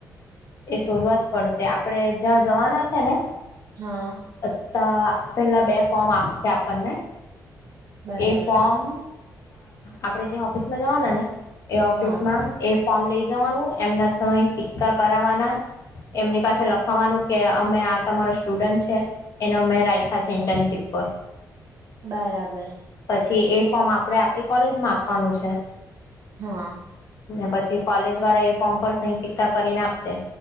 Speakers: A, on the left; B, on the right.
A: એ શોધવા જ પડશે આપણેે જ્યાં જવાના છે ને.
B: હા.
A: અછા પેલા બે ફોર્મ આપશે આપણને.
B: બરાબર
A: એ ફોર્મ આપણેે જે ઓફિસમાં જવાના ને એ ઓફિસમાં.
B: હા
A: એ ફોર્મ લઈ જવાનું એમના સમ સિક્કા કરાવાના. એમની પાસે લખાવાનું કે અમે આ તમારો સ્ટુડન્ટ છે. એના અમે રાાયખા સેન્ટનશીપ પર.
B: બરાબર.
A: પછી એ ફોર્મ આપડે આપણી કોલેજમાં આપવાનું છે.
B: હા.
A: પછી કોલેજ વાળા એ ફોર્મ પર સહી સિક્કા કરીને આપશે.